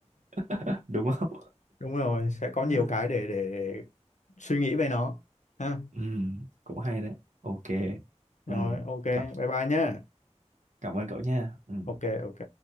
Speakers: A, on the right; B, on the left.
A: <laughs> đúng không
B: Đúng rồi, sẽ
A: <laughs>
B: có nhiều cái để để, để suy nghĩ về nó. Ha.
A: ừ, cũng hay đấy ok
B: Rồi,
A: ừ,
B: ok,
A: cảm
B: bye bye nhá.
A: cảm ơn cậu nha ừ.
B: Ok, ok.